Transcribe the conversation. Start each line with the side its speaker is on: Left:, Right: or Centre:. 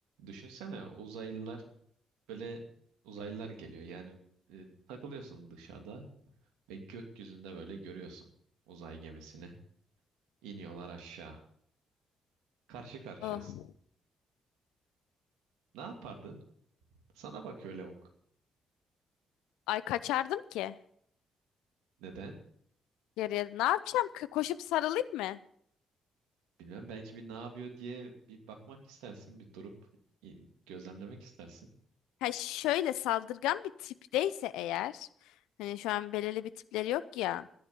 Right: Düşünsene uzaylılar böyle uzaylılar geliyor. Yani e, takılıyorsun dışarıda ve gökyüzünde böyle görüyorsun uzay gemisini. İniyorlar aşağı. Karşı karşıyasın.
Left: Oh.
Right: Ne yapardın? Sana bakıyor lavuk.
Left: Ay kaçardım ki.
Right: Neden?
Left: Geriye ne yapacağım? K- Koşup sarılayım mı?
Right: Bilmem belki bir ne yapıyor diye bir bakmak istersin, bir durup i- gözlemlemek istersin.
Left: Ha şöyle saldırgan bir tipteyse eğer. Hani şu an belirli bir tipleri yok ya.